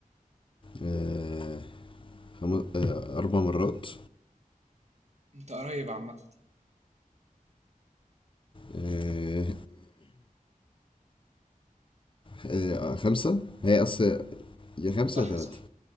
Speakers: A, on the left; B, on the right.
A: آه خم... آه اربع مرات
B: انت قريب عامه
A: آه آه خمسه هي اصل يا خمسه
B: صح
A: يا تلاته
B: صح